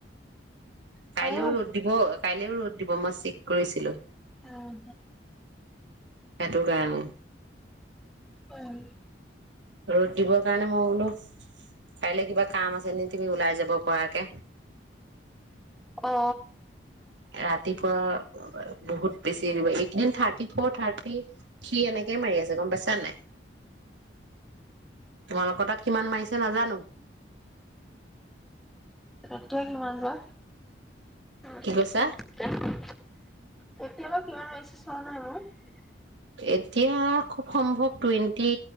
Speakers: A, on the right; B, in the centre.
A: কাইলেও
B: পাৰিব।
A: ৰ'দ দিব-কাইলেও ৰ'দ দিব মই চেক কৰিছিলো।
B: উম
A: সেইটো কাৰণে।
B: উম।
A: ৰ'দ দিবৰ কাৰণে মই বোলো, কাইলে কিবা কাম আছে নে তুমি ওলাই যাব পৰাকে?
B: অ
A: ৰাতিপুৱা বহুত বেছি, এইকেইদিন থাৰ্টি ফৰ, থাৰ্টি থ্ৰী এনেকেই মাৰি আছে গম পাইছা নাই, তোমালোকৰ তাত কিমান মাৰিছে নাজানো।
B: এতিয়া কিমান বা? <unintelligible>
A: কি কৈছা
B: এতিয়ালে কিমান হৈছে চোৱা না এবাৰ?
A: এতিয়া,, খুব সম্ভৱ টুৱেণ্টি